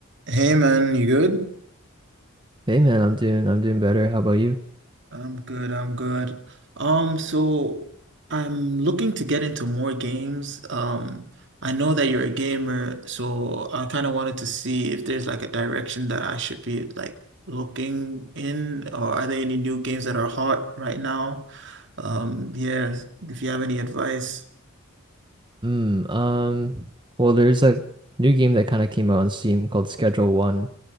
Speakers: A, on the right; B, on the right.
A: Hey man, you good?
B: Hey man, I'm doing I'm doing better. How about you?
A: I'm good, I'm good. Um, so I'm looking to get into more games. Um, I know that you're a gamer, so I kind of wanted to see if there's like a direction that I should be like looking in, or are there any new games that are hot right now? Um, yeah, if you have any advice.
B: Mm, um, well, there's a new game that kind of came out on Steam called Schedule One.